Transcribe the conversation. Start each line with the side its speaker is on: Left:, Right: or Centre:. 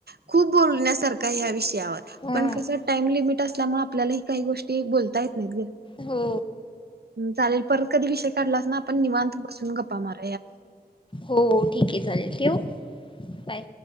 Right: खुप बोलण्या सारख आहे या विषयावर
Left: ह
Right: पण कसा टाईम लिमिट असतो. असल्यामुळे आपल्याला ह काही गोष्टी बोलता येत नाहीत ग.
Left: हो
Right: चालेल परत कधी विषय काढलास ना आपण निवांत बसून गप्पा मारु.
Left: हो ठीक आहे चालेल ठेवू बाय.